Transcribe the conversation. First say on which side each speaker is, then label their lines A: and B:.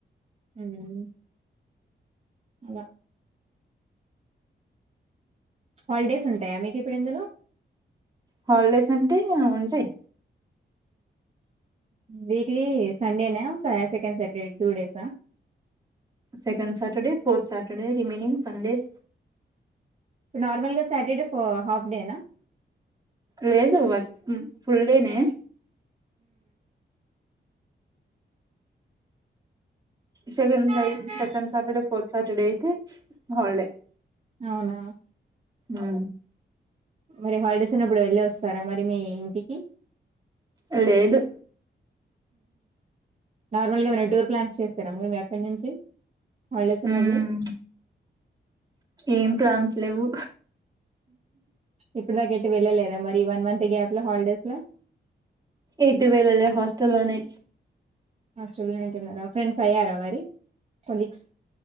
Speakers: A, on the right; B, on the right.
A: హ్మ్. అలా హాలిడేస్ ఉంటాయా మీకు ఇప్పుడు ఇందులో
B: హాలిడేస్ అంటే ఉంటాయి్
A: వీక్లీ సండేనే సెకం Saturday two డేస్ా
B: second Saturday fourth Saturday remaining Sundays
A: ఇప్పుడు నార్మల్గా సాటర్డే హాఫ్ డేనా
B: లేదు వర్ ఫుల్ డేనే సెకడ్
A: ఉ
B: సెకడ్ సటర్డే ఫోర్ సటర్డేయితే హల్డే
A: అవునా
B: ఆ
A: మరి హాలిడేస్ ఉన్నప్పుడు వెళ్ళి వస్తారా మరి మీ ఇంటికి
B: అ లేే ఇదు
A: నార్మల్ గా మరి డోర్ ప్లాన్స్ చేస్తారారిము అక్కడ నుంచి హాలిడేస్
B: హ్మ్
A: ఉన్నప్పుడు
B: ఏం ప్లాన్స్ లేవు
A: ఇప్పుడు దాకట్టి వెళ్ళలేదా మరి ఈ వన్ మంత్ గ్యాప్ లో హాలిడేస్ లో
B: ఎటు వేలలా హాస్టల్ లోనే
A: హాస్టల్ లో ఉంటున్నారా ఫ్రెండ్స్ అయ్యారా మరి కొలీగ్స్